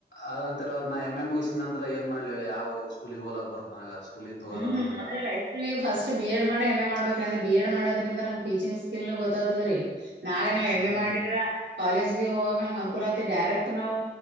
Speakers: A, on the left; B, on the right.
A: ಅದಂತರ ಅವ್ ನಾ ಎಮ್ ಎಂ ಮುಗಸಿದ ನಂತರ ಏನ್ ಮಾಡ್ಲಿ ಹೇಳ ಯಾವ ಸ್ಕೂಲಿಗೆ ಹೋಗಲಾಗ ಬರುತ್ ನನಗ ಸ್ಕೂಲಿಗ್ ತಗೋಲ್ಲ
B: ಹ್ಮ್
A: ನನ್ಗ
B: ಅ ಆಕ್ಚುಲಿ ಫಸ್ಟ್ ಬಿ ಎಡ್ ಮಾಡಿ ಎಂ ಎ ಮಾಡ್ಬೇಕಂದ್ರ ಬಿ ಎಡ್ ಮಾಡೋದ್ರಿಂದ ನಮ್ ಟೀಚಿಂಗ್ ಸ್ಕಿಲ್ ನ ಗೊತ್ತ್ತದ್ರೀ ನಾಳೆ ನಾವ್ ಎಮ್
A: ಹ್ಮ್ ಹ್ಮ್
B: ಮಾಡಿದ್ರ ಕಾಲೇಜ ಹೋಗಾರ್ ನಾನ್ಗೆ ಅನುಕೂಲ ಆಐತಿ ಡೈರೆಕ್ಟ್ ನಾವು